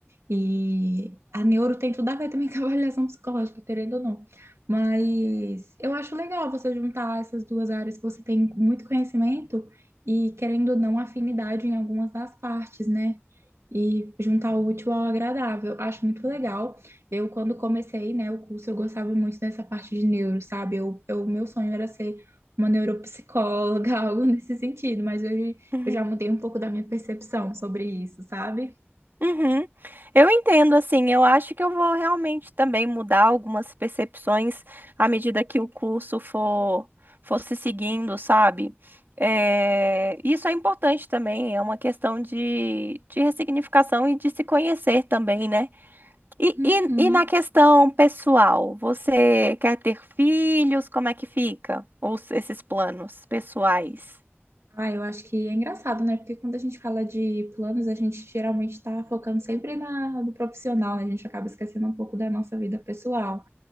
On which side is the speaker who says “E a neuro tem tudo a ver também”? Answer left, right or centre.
Right